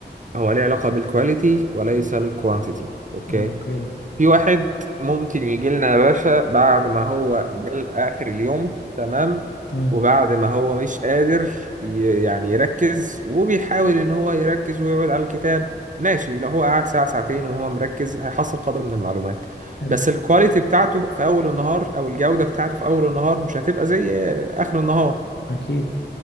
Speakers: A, on the right (about 45°); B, on the left (about 75°).
A: هو ليه علاقة بالكواليتي وليس الكوانتيتي اوكي
B: أوكي
A: في واحد ممكن يجي لنا يا باشا بعد ما هو جال اخر اليوم تمام
B: امم
A: وبعد ما هو مش قادر ي- يعني يركز وبيحاول ان هو يركز ويقعد على الكتاب ماشي لو هو قعد ساعة ساعتين وهو مركز هيحصل قدر من المعلومات
B: حلو
A: بس الكواليتي بتاعته في اول النهار او الجودة بتاعته في اول النهار مش هتبقى زي اخر النهار
B: أكيد